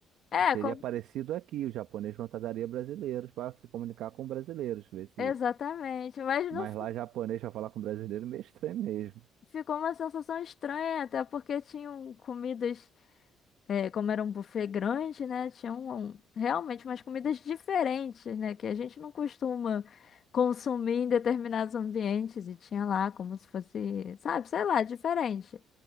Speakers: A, on the left; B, on the right.
A: É,
B: seria
A: com-
B: parecido aqui, o japonês contrataria brasileiros para se comunicar com brasileiros, ver se.
A: exatamente. Mas não
B: Mas
A: fi-
B: lá japonês pra falar com brasileiro é meio estranho mesmo.
A: ficou uma sensação estranha, até porque tinham comidas É, como era um buffet grande, né? Tinha um, um- realmente umas comidas diferentes, né? Que a gente não costuma consumir em determinados ambientes. E tinha lá como se fosse, sabe, sei lá, diferente.